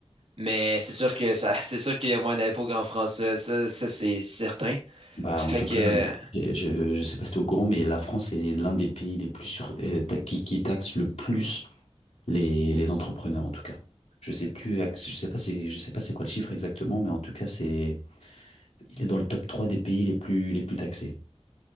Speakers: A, on the right; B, on the left.
A: mais c'est sûr que ça, <laughs> c'est sûr qu'il y a moins d'impôts qu'en France. Ça, ça, ça, c'est certain.
B: Bah,
A: Fait
B: en tout
A: que
B: cas, je, je je sais pas si tu es au courant, mais la France est l'un des pays les plus sur, euh, ta- qui, qui taxe le plus les, les entrepreneurs, en tout cas. Je sais plus, je sais pas c'est, je sais pas c'est quoi le chiffre exactement, mais en tout cas, c'est, il est dans le top 3 des pays les plus, les plus taxés.